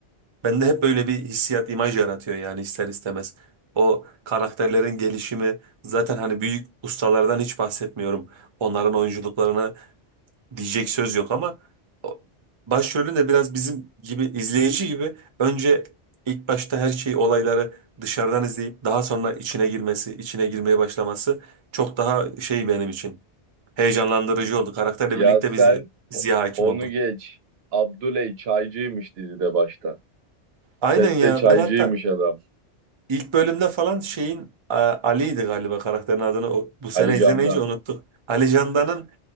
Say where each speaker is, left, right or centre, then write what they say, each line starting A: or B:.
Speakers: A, on the right (about 45°); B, on the right (about 65°).
A: Bende hep böyle bir hissiyat, imaj yaratıyor yani ister istemez. O karakterlerin gelişimi zaten hani büyük ustalardan hiç bahsetmiyorum. Onların oyunculuklarına diyecek söz yok ama o- başrolün de biraz bizim gibi izleyici gibi önce ilk başta her şeyi olayları dışarıdan izleyip daha sonra içine girmesi, içine girmeye başlaması çok daha şey benim için heyecanlandırıcı oldu. Karakterle
B: Ya
A: birlikte
B: sen
A: biz de diziye
B: o-
A: hakim
B: onu
A: olduk.
B: geç. Abdüley çaycıymış dizide başta.
A: Aynen
B: Sette
A: ya
B: çaycıymış
A: ben hatta
B: adam.
A: İlk bölümde falan şeyin e, Ali'ydi galiba karakterin adını o- bu sene
B: Ali
A: izlemeyince
B: Can'dan.
A: unuttuk. Ali Candan'ın